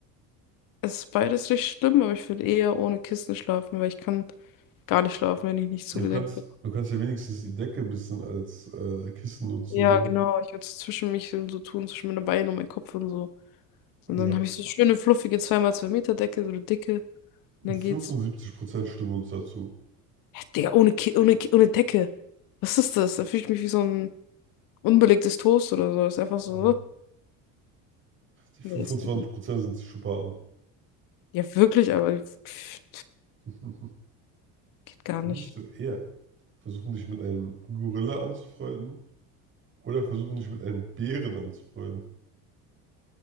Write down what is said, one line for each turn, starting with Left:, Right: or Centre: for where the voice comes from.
Left: es ist beides richtig schlimm, aber ich würde eher ohne Kissen schlafen, weil ich kann gar nicht schlafen, wenn ich nicht zugedeckt
Right: Ja, du kannst,
Left: bin.
Right: du kannst ja wenigstens die Decke ein bisschen als äh, Kissen nutzen.
Left: Ja, genau. Ich würde es zwischen mich und so tun, zwischen meine Beine und meinen Kopf und so.
Right: So.
Left: Und
Right: Ja,
Left: dann habe ich so schöne, fluffige 2x2 Meter Decke, so eine dicke. Und
Right: und
Left: dann
Right: 75%
Left: geht's.
Right: stimmen uns dazu.
Left: Hä, Digga, ohne, Ki ohne, Ki ohne Decke. Was ist das? Da fühle ich mich wie so ein unbelegtes Toast oder so. Ist einfach so.
Right: Ja.
Left: äh,
Right: Die 25%
Left: Nee, ist gut.
Right: sind Psychopathen.
Left: Ja, wirklich, aber pff,
Right: <laughs>
Left: geht gar
Right: Würdest
Left: nicht.
Right: du eher versuchen, dich mit einem Gorilla anzufreunden Oder versuchen, dich mit einem Bären anzufreunden.